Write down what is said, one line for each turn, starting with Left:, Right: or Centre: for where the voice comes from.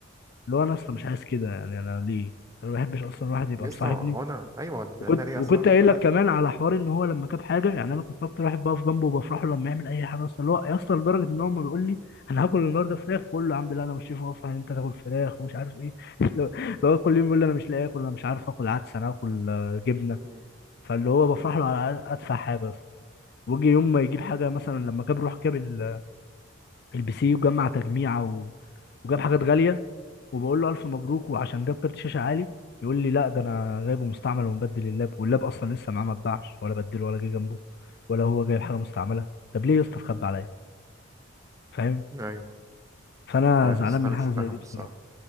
Left: اللي هو انا اصلا مش عايز كده يعني انا ليه انا ما بحبش اصلا الواحد يبقى
Right: يسطا
Left: مصاحبني
Right: هو أنا أيوة لأن
Left: وكنت
Right: ليه
Left: وكنت
Right: أصلا
Left: قايل
Right: في حد
Left: لك كمان على حوار ان هو لما جاب حاجه يعني انا كنت اكتر واحد بقف جنبه وبفرح له لما يعمل اي حاجه اصلا اللي هو يا اسطى لدرجه ان هو ما بيقول لي انا هاكل النهارده فراخ بقول له يا عم لا انا مش شايف اصلا ان انت تاكل فراخ ومش عارف ايه <laughs> اللي هو كل يوم بيقول لي انا مش لاقي اكل انا مش عارف اكل عدس انا هاكل آه، جبنه
Right: مم.
Left: فاللي هو بفرح له على ادفع حاجه وجي يوم ما يجيب حاجه مثلا لما جاب روح جاب ال- البي سي وجمع تجميعه و... وجاب حاجات غاليه وبقول له الف مبروك وعشان جاب كارت شاشه عالي يقول لي لا ده انا جايبه مستعمل ومبدل اللاب واللاب اصلا لسه معاه ما اتباعش ولا بدله ولا جه جنبه ولا هو جايب حاجه مستعمله طب ليه يا اسطى اتخبى عليا فاهم
Right: أيوه
Left: فانا
Right: أنا
Left: زعلان
Right: يسطا
Left: من
Right: مش
Left: حاجه
Right: فاهم
Left: زي دي بصراحه
Right: الصراحة